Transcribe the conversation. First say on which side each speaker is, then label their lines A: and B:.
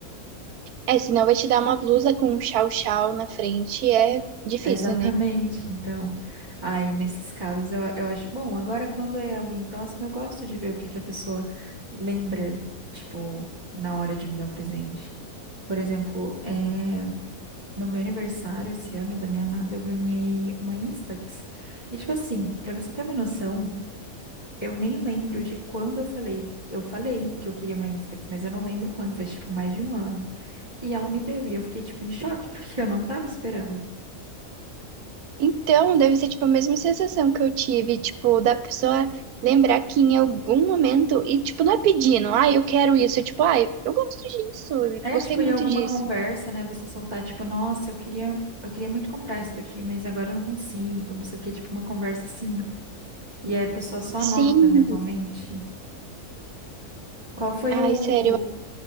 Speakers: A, on the right; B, on the right.
A: É, senão vai te dar uma blusa com um chau-chau na frente. É
B: <laughs>
A: difícil,
B: Exatamente.
A: né?
B: Então, aí nesses casos eu, eu acho bom. Agora, quando é alguém próximo, eu gosto de ver o que que a pessoa lembra, tipo, na hora de me dar o presente. Por exemplo, é. no meu aniversário esse ano da minha amada, eu ganhei uma Instax. E tipo assim, pra você ter uma noção, eu nem lembro de quando eu falei. Eu falei que eu queria uma Instax, mas eu não lembro quando, faz tipo mais de um ano. E ela me deu, e eu fiquei tipo em choque, <laughs> porque eu não tava esperando.
A: Então, deve ser, tipo, a mesma sensação que eu tive, tipo, da pessoa lembrar que em algum momento, e, tipo, não é pedindo, ah, eu quero isso, é tipo, ah, eu gosto disso, eu
B: É
A: gostei
B: tipo
A: muito
B: em alguma
A: disso.
B: conversa, né, você soltar tipo, nossa, eu queria, eu queria muito comprar isso daqui, mas agora eu não consigo, não sei o quê, tipo uma conversa assim. E aí a pessoa só
A: Sim,
B: anota mentalmente. Qual foi
A: ai,
B: o
A: sério,